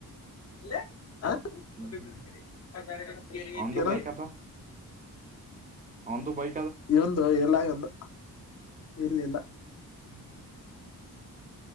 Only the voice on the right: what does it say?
ಹ್ಮ್ ಹ್ಮ್
ಅವಂದು
ಬೈಕ್
ಅದ ಅವಂದು ಬೈ
ಹ್ಮ್ ಹ್ಮ್